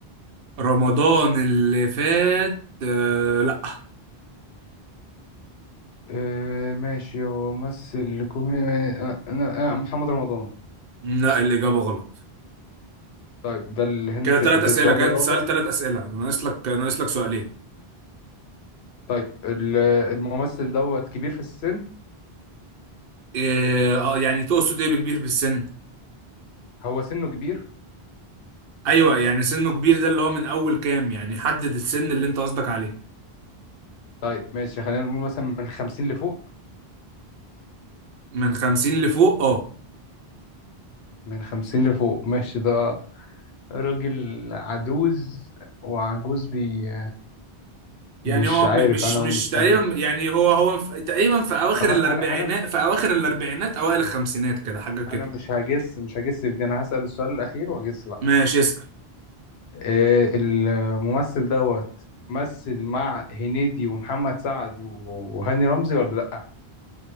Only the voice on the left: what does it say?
آه، ماشي هو مثل كوميدي آه، انا آه، محمد رمضان
طيب ده الهنت
ده
السؤال
الرابع
طيب ال- الممثل دوت كبير في السن
هو سنه كبير
طيب ماشي خلينا نقول مثلا من خمسين لفوق
من خمسين لفوق ماشي ده راجل عجوز وعجوز بي مش
عارف
انا
مش
هجس
طبعا
انا انا
انا مش هجس مش هجس في دي انا هسأل السؤال الاخير واجس بقى
آه، الممثل دوت مثل مع هنيدي ومحمد سعد وهاني رمزي ولا لا